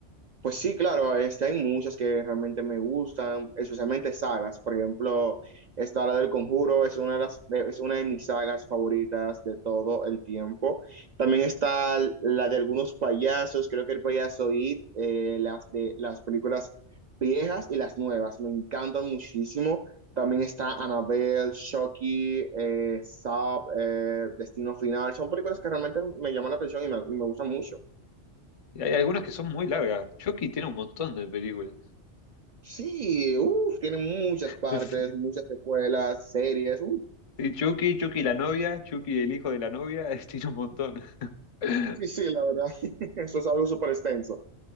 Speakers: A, on the right; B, on the left.
A: Pues sí, claro, este, hay muchas que realmente me gustan, especialmente sagas. Por ejemplo, esta la del Conjuro es una de las, de- es una de mis sagas favoritas de todo el tiempo. También está la de algunos payasos, creo que el payaso It, eh, las de las películas viejas y las nuevas, me encantan muchísimo. También está Annabelle, Chucky, eh, Saw, eh, Destino Final. Son películas que realmente me llaman la atención y me, y me gustan mucho.
B: Y hay algunas que son muy largas. Chucky tiene un montón de películas.
A: Sí, uff, tiene muchas
B: <laughs>
A: partes,
B: Sí.
A: muchas secuelas, series. uf,
B: Y Chucky, Chucky la novia, Chucky el hijo de la novia, <laughs> es- tiene un montón. <laughs>
A: sí, sí, la verdad. <laughs> Eso es algo súper extenso.